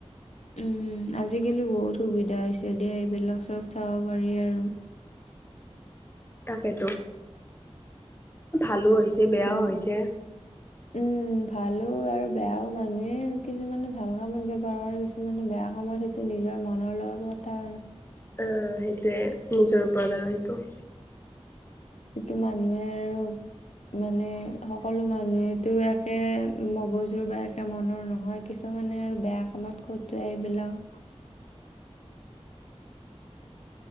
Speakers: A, on the left (about 80°); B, on the left (about 20°).
A: উম, আজিকালি বহুত সুবিধা হৈছে দিয়া এইবিলাক চব চাব পাৰি আৰু।
B: তাকেতো ভালো হৈছে, বেয়াও
A: তুম
B: হৈছে।
A: উম ভালো আৰু বেয়াও মানুহে কিছুমানে ভাল কামত ব্যৱহাৰ কৰে কিছু মানে বেয়া কামৰ সেইটো নিজৰ মনৰ লগত কথা আৰু।
B: অ সেইটোৱে নিজৰ ওপৰত আৰু সেইটো।
A: এইটো মানুহে আৰু মানে সকলো মানুহে তু একে মগজুৰ বা মনৰ নহয় কিছুমানে আৰু বেয়া কামত খটোৱাই এইবিলাক।